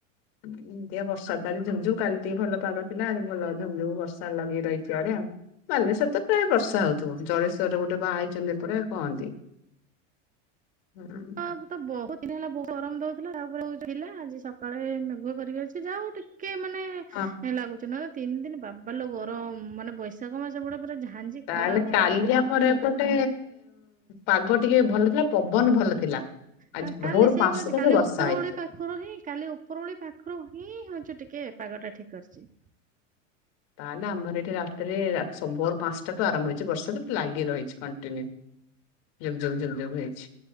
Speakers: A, on the left; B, on the right.
A: ଏମିତିଆ ବର୍ଷା ଖାଲି ଝୁମଝୁମ କାଲି ଟିକେ ଭଲ ପାାଗ ଥିଲା ଆଜି ଭଲ ଝୁମଝୁମ ବର୍ଷା ଲଗେଇ ରହିଛିି ଆଡେ ଆଉ। ବାଲେଶ୍ଵର ତ ପ୍ରାୟ ବର୍ଷା ହଉଥିବ ଜଳେଶ୍ଵରରେ ଗୋଟେ ବାହା ହେଇଛନ୍ତି ଏ ପଟେ କହନ୍ତି। ହୁଁ।
B: ହଁ ତ ବହୁତ ଦିନ ହେଲା ବହୁତ ଗରମ ଦଉଥିଲା ତାପରେ ହଉ ଥିଲା ଆଜି ସକାଳେ ମେଘୁଆ କରିକି ଅଛି ଯା ହଉ ଟିକେ
A: <inaudible>
B: ମାନେ ଲାଗୁଛି ନହେଲେ ତିନି ଦିନ ବାପାଲୋ ଗରମ ମାନେ ବୈଶାଖ ମାସ ପୁରା ଝା ଝାଞି
A: ତାହେଲେ
B: ଖରା ଗରମ
A: କାଲି ଆମର ଏପଟେ ପାଗ ଟିକେ ଭଲ ଥିଲା ପବନ ଭଲ ଥିଲା। ଆଜି
B: ହଁ
A: ଭୋର
B: କାଲି ସେଇ
A: ପାଞ୍ଚଟାରେ
B: କହୁଛି କାଲି
A: ବର୍ଷା
B: ଉପର
A: ହେଇଛି।
B: ଓଳି ପା ପାଖରୁ ହିଁ କାଲି ଉପରଓଳି ପାଖରୁ ହିଁ ହଉଛୁ ଟିକେ ପାଗଟା ଠିକ୍ କରିଛି।
A: ତାହେଲେ ଆମର ଏଇଠି ରାତିରେ ସ ଭୋର ପାଞ୍ଚଟାଠୁ ଆରମ୍ଭ ହେଇଛି ବର୍ଷା ଲାଗି ରହିଛି କଣ୍ଟିନ୍ୟୁ ଝୁଗ ଝୁଗ ଝୁଗ ଝୁଗ ହେଇଛି।